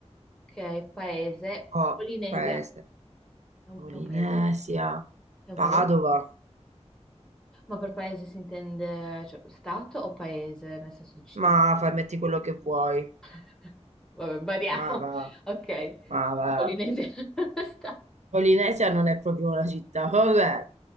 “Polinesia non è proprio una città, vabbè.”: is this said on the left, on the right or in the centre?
Right